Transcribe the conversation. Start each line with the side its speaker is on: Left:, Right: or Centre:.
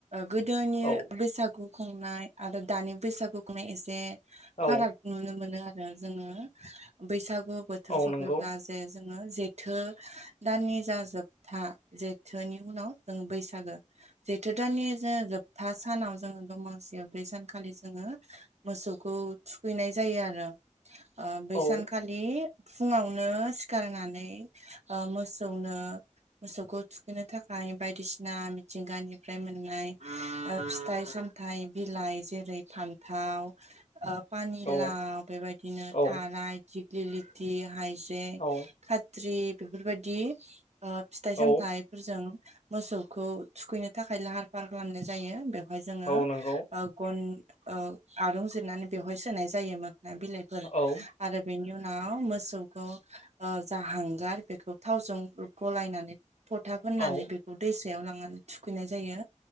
Right: गोदोनि
Left: औ
Right: बैसागु खुंनाय आरो दानि बैसागु खुंनाय एसे फाराग
Left: औ
Right: नुनो मोनो आरो जोंङो बैसागु बोथोर
Left: औ
Right: सफैब्ला
Left: नंगौ
Right: जे जोङो जेथो दाननि जा जोबथा जे थोनि उनाव जों बैसागो जेथो दानानि जो जोबथा सानाव जोङो दमासियाव बै सानखालि जोंङो मोसौखौ थुखैनाय जायो आरो ओ बै
Left: औ
Right: सानखालि नि फुंङावनो सिखारनानै मोसौनो मोसौखौ थुखैनो थाखाय बायदिसिना मिथिंगानिफ्राय मोननाय फिथाइ साम थाइ बिलाइ जेरै फान्थाव पानिलाव
Left: औ
Right: बेबायदिनो
Left: औ
Right: थाराय दिग्लिलिथि हाय बेनि
Left: औ
Right: खााद्रि बेफोरबायदि ओ फिथाइ
Left: औ
Right: सामथाइ फोरजों मोसौखौ थुखैनो थाखाय लाहार फाहार खालामनाय जायो बे जोङो
Left: औ नंगौ
Right: ओ गन ओ आरं जिरनानै सोनाय जायोमोन बिलाइ फोर
Left: औ
Right: आरो बेनि उनाव मोसौखौ ओ जा हांगार बेखौ थावजों गलायनानै फथा फोनानै होननानै
Left: औ
Right: बेखौ दैसायाव लांनानै थुखैनाय जायो